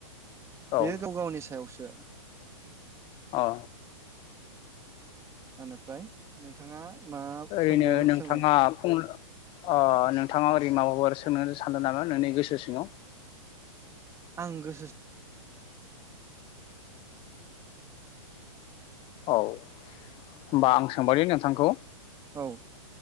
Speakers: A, on the right; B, on the left.
A: बेयो
B: औ
A: गाव गावनि सायावसो।
B: औ
A: आनिफ्राय नोंथाङा? मा
B: ओरैनो
A: सोंबावनो
B: नोंथाङा
A: सोंनाय
B: फुं अ नोंथाङा ओरै माबाफोर सोंनो सानदों नामा नोंनि गोसो सिङाव
A: आं गो
B: औ होमबा आं सोंबावनि नोंथांखौ
A: औ